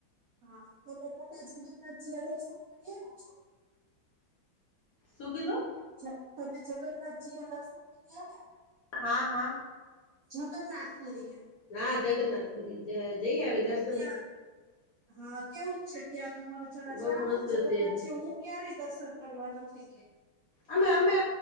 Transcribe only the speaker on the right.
હા, તમે પોટા જગન્નાથ જી શું ફરી આવ્યા છો?
જ તમે જગન્નાથજી એ દર્શન કરી આવ્યા?
જગન્નાથપુરી એમ.
ત્યાં હા કેવું છે ત્યાંનું મને જરા
જણાવશો
જગન્નાથ
જેવું ક્યારેય દર્શન કરવા નથી ગઈ.